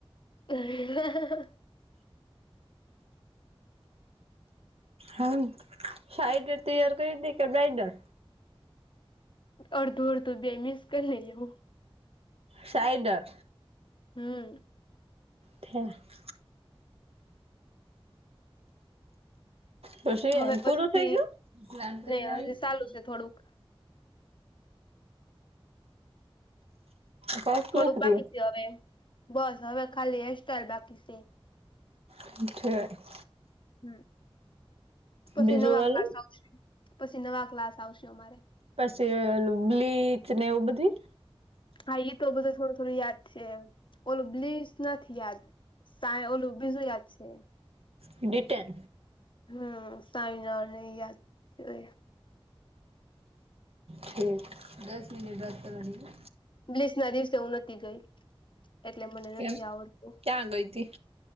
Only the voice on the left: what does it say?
<inaudible>
અડધું-અડધું બેઈ મિક્સ કર લઈએ હુ.
હમ્મ.
હવે
પછી
નહી હજી ચાલુ છે થોડુંક.
થોડુંક
બાકી
સે હવે, બસ હવે ખાલી હેયરસ્ટાઈલ બાકી સે.
હમ્મ. પસી
નવા
ક્લાસ આવશે, પસી નવા ક્લાસ આવશે અમારે.
હા ઈ તો બધું થોડું-થોડું યાદ છે. ઓલું બ્લીચ નથી યાદ. તાએ ઓલું બીજું યાદ છે.
હમ્મ. સાઇનર ને ઈ યાદ <unintelligible>
બ્લીસ ના દિવસે હું નહોતી ગઈ. એટલે મને
નથી આવડતું.